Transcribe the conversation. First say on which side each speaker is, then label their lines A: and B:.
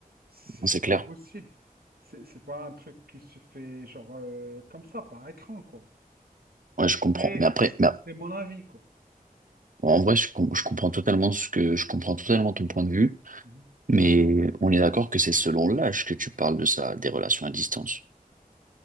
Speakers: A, on the right; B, on the right.
A: C'est
B: Non,
A: c'est
B: C'est clair.
A: pas possible. C'est c'est pas un truc qui se fait genre euh, comme ça, par écran, quoi.
B: Ouais, je comprends.
A: Et
B: Mais après,
A: C'est
B: bah,
A: c'est mon avis, quoi.
B: en vrai, je, com- je comprends totalement ce que, je comprends totalement ton point de vue,
A: Mhm.
B: mais on est d'accord que c'est selon l'âge que tu parles de ça, des relations à distance.